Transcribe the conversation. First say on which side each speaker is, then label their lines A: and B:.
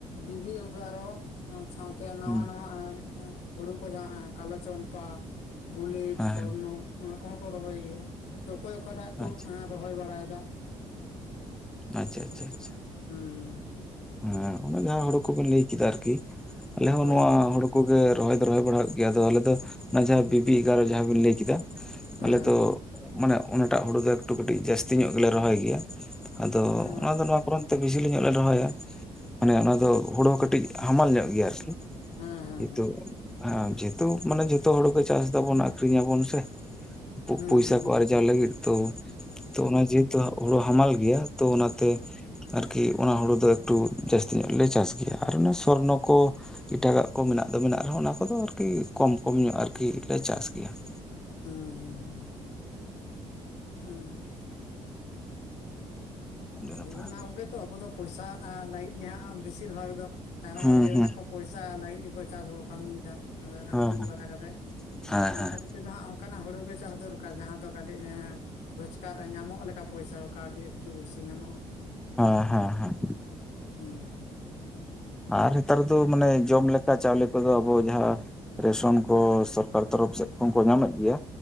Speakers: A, on the left (about 80°); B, in the centre.
A: ᱵᱤᱵᱤ ᱳᱜᱟᱨᱚ᱾ ᱚᱸ ᱪᱷᱟᱶᱛᱮ ᱱᱟᱣᱟ
B: ᱦᱮᱸ
A: ᱱᱟᱣᱟ ᱮᱸ ᱦᱳᱲᱳ ᱠᱚ ᱡᱟᱦᱟᱸ ᱟᱸ ᱠᱟᱞᱳ ᱪᱚᱢᱯᱟ, ᱵᱩᱞᱤ᱾
B: ᱦᱮᱸ
A: ᱥᱚᱨᱱᱚ ᱱᱚᱣᱟ ᱠᱚᱦᱚᱸ ᱠᱚ ᱨᱚᱦᱚᱭ ᱜᱮᱭᱟ ᱛᱚ ᱚᱠᱚᱭ ᱚᱠᱟᱴᱟᱜ ᱠᱚ
B: ᱟᱪᱪᱷᱟ
A: ᱮᱸ ᱨᱚᱦᱚᱭ ᱵᱟᱲᱟᱭᱫᱟ᱾
B: ᱟᱪᱪᱷᱟ ᱟᱪᱪᱷᱟ ᱟᱪᱪᱷᱟ᱾
A: ᱩᱸ ᱦᱩᱸ ᱦᱩᱸ᱾
B: ᱦᱮᱸ ᱚᱱᱮ ᱡᱟᱦᱟᱸ ᱦᱳᱲᱳ ᱠᱚᱵᱮᱱ ᱞᱟᱹᱭ ᱠᱮᱫᱟ ᱟᱨᱠᱤ ᱟᱞᱮ ᱦᱚᱸ
A: ᱦᱳᱭ
B: ᱱᱚᱣᱟ
A: ᱦᱳᱭ
B: ᱦᱳᱲᱳ ᱠᱩᱜᱮ ᱨᱚᱦᱚᱭ ᱫᱚ ᱨᱚᱦᱚᱭ ᱵᱟᱲᱟ ᱦᱩᱜ ᱜᱮᱭᱟ ᱟᱫᱚ ᱟᱞᱮ ᱫᱚ ᱚᱱᱟ ᱡᱟᱦᱟᱸ ᱵᱤᱵᱤ ᱮᱜᱟᱨ ᱡᱟᱦᱟᱸ ᱵᱤᱱ ᱞᱟᱹᱭ ᱠᱤᱫᱟ
A: ᱦᱮᱸ
B: ᱟᱞᱮ ᱫᱚ ᱢᱟᱱᱮ ᱚᱱᱟᱴᱟᱜ ᱦᱩᱲᱩ ᱫᱚ ᱮᱠᱴᱩ ᱠᱟᱹᱴᱤᱡ ᱡᱟᱹᱥᱛᱤ ᱧᱚᱜ ᱜᱮᱞᱮ ᱨᱚᱦᱚᱭ ᱜᱮᱭᱟ᱾ ᱟᱫᱚ
A: ᱦᱮᱸ ᱦᱳᱭ
B: ᱚᱱᱟ
A: ᱦᱮᱸ
B: ᱫᱚ ᱱᱚᱣᱟ ᱠᱚᱨᱚᱱ ᱛᱮ ᱵᱮᱥᱤᱞᱤ ᱧᱚᱜ ᱞᱮ ᱨᱚᱦᱚᱭᱟ᱾ ᱢᱟᱱᱮ ᱚᱱᱟ ᱫᱚ ᱦᱳᱲᱳ ᱦᱚ ᱠᱟᱹᱴᱤᱡ ᱦᱟᱢᱟᱞ ᱧᱚᱜ ᱜᱮᱭᱟ ᱟᱨᱠᱤ᱾
A: ᱦᱮᱸ ᱦᱮᱸ
B: ᱱᱤᱛᱳᱜ
A: ᱦᱮᱸ ᱦᱮᱸ
B: ᱦᱮᱸ ᱡᱮᱛᱩ ᱢᱟᱱᱮ ᱡᱚᱛᱚ ᱦᱚᱲ ᱜᱮ ᱪᱟᱥ ᱫᱟᱵᱚᱱ ᱟᱠᱷᱨᱤᱧᱟᱵᱚᱱ ᱥᱮ᱾ ᱯᱚ-ᱯᱚᱭᱥᱟ
A: ᱦᱮᱸ ᱦᱮᱸ
B: ᱠᱚ ᱟᱨᱡᱟᱣ ᱞᱟᱹᱜᱤᱫ ᱛᱚ ᱛᱚ ᱚᱱᱟ ᱡᱮ ᱛᱚ ᱦᱳᱲᱳ ᱦᱟᱢᱟᱞ ᱜᱮᱭᱟ ᱛᱚ ᱚᱱᱟᱛᱮ ᱟᱨᱠᱤ ᱚᱱᱟ ᱦᱩᱲᱩ ᱫᱚ ᱮᱠᱴᱩ ᱡᱟᱹᱥᱛᱤ ᱧᱚᱜ ᱞᱮ ᱪᱟᱥ ᱜᱮᱭᱟ ᱟᱨ ᱚᱱᱟ ᱥᱚᱨᱱᱚ ᱠᱚ ᱮᱴᱟᱜᱟᱜ ᱠᱚ ᱢᱮᱱᱟᱜ ᱫᱚ ᱢᱮᱱᱟᱜ ᱨᱮᱦᱚᱸ ᱚᱱᱟ ᱠᱚᱫᱚ ᱟᱨᱠᱤ ᱠᱚᱢ ᱠᱚᱢ ᱧᱚᱜ ᱟᱨᱠᱤ ᱞᱮ ᱪᱟᱥ ᱜᱮᱭᱟ ᱾
A: ᱦᱮᱸ ᱦᱩᱸ᱾ ᱦᱮᱸ᱾
B: ᱟᱹᱰᱤ
A: ᱟᱵᱚ
B: ᱱᱟᱯᱟᱭ
A: ᱫᱚ ᱚᱱᱟ ᱠᱚᱜᱮ ᱛᱚ ᱟᱵᱚ ᱫᱚ ᱯᱚᱭᱥᱟ ᱞᱟᱹᱜᱤᱫ ᱜᱮ ᱦᱟᱸᱟᱜ ᱵᱮᱥᱤᱨ ᱵᱷᱟᱜᱽ ᱫᱚ ᱟᱭᱢᱟ
B: ᱦᱩᱸ
A: ᱦᱚᱲᱜᱮ ᱢᱮᱱᱟᱜ
B: ᱦᱩᱸ
A: ᱠᱚᱣᱟ᱾ ᱯᱚᱭᱥᱟ ᱞᱟᱹᱜᱤᱫ ᱜᱮᱠᱚ ᱪᱟᱥ ᱨᱮᱠᱩ ᱠᱢᱤᱭᱫᱟ ᱟᱨ
B: ᱦᱮᱸ
A: ᱟᱠᱷᱨᱤᱧ
B: ᱦᱮᱸ
A: ᱵᱟᱲᱟ ᱠᱟᱛᱮᱜᱚ
B: ᱦᱮᱸ
A: ᱚᱱᱟ
B: ᱦᱮᱸ
A: ᱠᱷᱟᱹᱛᱤᱨ ᱛᱮᱫᱚ ᱦᱟᱸᱜ ᱚᱱᱠᱟᱱᱟᱜ ᱦᱩᱲᱩ ᱜᱮ ᱪᱟᱥ ᱫᱚᱨᱠᱟᱨ ᱡᱟᱦᱟᱸ ᱫᱚ ᱠᱟᱹᱴᱤᱡ ᱮᱸ ᱨᱳᱡᱽᱜᱟᱨᱮ ᱧᱟᱢᱚᱜ ᱞᱮᱠᱟ ᱯᱚᱭᱥᱟ ᱠᱚ ᱠᱟᱹᱣᱰᱤ ᱮᱠᱴᱩ ᱵᱮᱥᱤ᱾ ᱧᱟᱢᱚᱜᱼᱟ
B: ᱦᱮᱸ ᱦᱮᱸ ᱦᱮᱸ᱾
A: ᱦᱩᱸ᱾
B: ᱟᱨ ᱱᱮᱛᱟᱨ ᱫᱚ ᱢᱟᱱᱮ ᱡᱚᱢ ᱞᱮᱠᱟ ᱪᱟᱣᱞᱮ ᱠᱚᱫᱚ ᱟᱵᱚ ᱡᱟᱦᱟᱸ ᱨᱮᱥᱚᱱ ᱠᱚ ᱥᱚᱨᱠᱟᱨ ᱛᱚᱨᱚᱯᱷ ᱥᱮᱫ ᱠᱷᱚᱱ ᱠᱚ ᱧᱟᱢᱮᱫ ᱜᱮᱭᱟ᱾